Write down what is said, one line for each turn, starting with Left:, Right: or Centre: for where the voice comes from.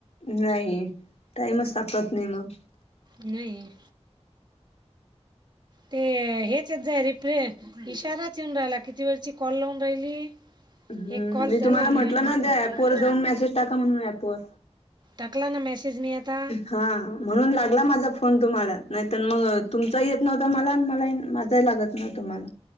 Left: नाही. टाईमच सापडत नाही मग.
Right: नई. ते हेच येत जाय रिप्रे इशाराच येऊन राहिला किती वेळची कॉल लावून राहिली.
Left: हम्म
Right: एक कॉल
Left: मी
Right: झाला
Left: तुम्हाला
Right: अन
Left: म्हटलं ना त्या ऍपवर जाऊन मेसेज टाका म्हणून ऍपवर
Right: टाकला ना मेसेज मी आता.
Left: हा म्हणून लागला माझा फोन तुम्हाला. नाहीत मग तुमचाही येत नव्हता मला आणि मला माझाही लाग न तुम्हाला